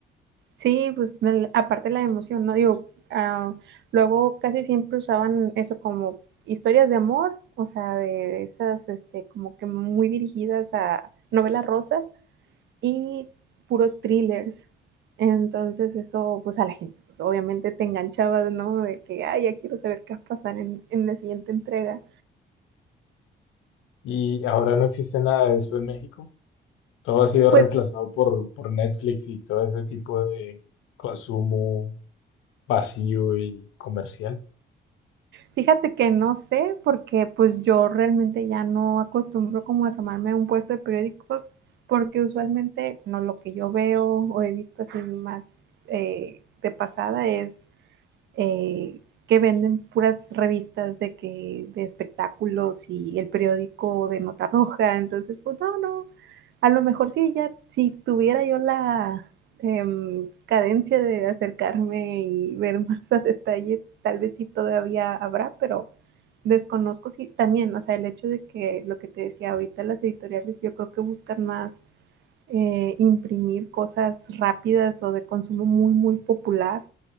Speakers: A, on the right (about 65°); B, on the left (about 85°).
A: Sí, pues del- aparte la emoción, ¿no? Digo, ah, luego casi siempre usaban eso como historias de amor, o sea, de esas, este, como que muy dirigidas a novela rosa y puros thrillers. Entonces eso, pues a la gente, pues obviamente te enganchaba, ¿no? De que, ay, ya quiero saber qué va a pasar en, en la siguiente entrega.
B: Y ahora no existe nada de eso en México. Todo ha sido
A: Pues
B: reemplazado por, por Netflix y todo ese tipo de consumo vacío y comercial.
A: Fíjate que no sé, porque pues yo realmente ya no acostumbro como a asomarme a un puesto de periódicos, porque usualmente no lo que yo veo o he visto así más eh, de pasada es eh, que venden puras revistas de que de espectáculos y el periódico de nota roja, entonces pues no, no, a lo mejor sí ya si tuviera yo la eh, cadencia de acercarme y ver más a detalle, tal vez sí todavía habrá, pero desconozco si sí, también, o sea, el hecho de que lo que te decía ahorita las editoriales, yo creo que buscan más eh, imprimir cosas rápidas o de consumo muy, muy popular